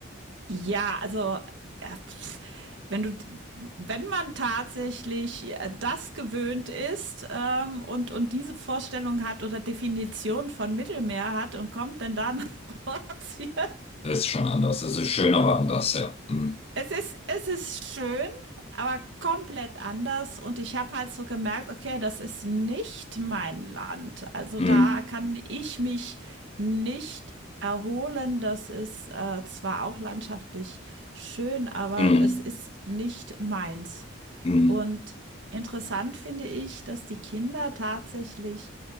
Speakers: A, on the right; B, on the left.
A: Ja, also, äh, pff, wenn du wenn man tatsächlich äh, das gewöhnt ist ähm, und, und diese Vorstellung hat oder Definition von Mittelmeer hat und kommt dann da nach <laughs> Kroatien,
B: ist schon anders. Es ist schön, aber anders, ja. Mhm.
A: Es ist es ist schön, aber komplett anders und ich habe halt so gemerkt: „Okay, das ist nicht mein Land.“ Also,
B: Mhm.
A: da kann ich mich nicht erholen. Das ist, äh, zwar auch landschaftlich schön, aber
B: Mhm.
A: es ist nicht meins.
B: Mhm.
A: Und interessant finde ich, dass die Kinder tatsächlich,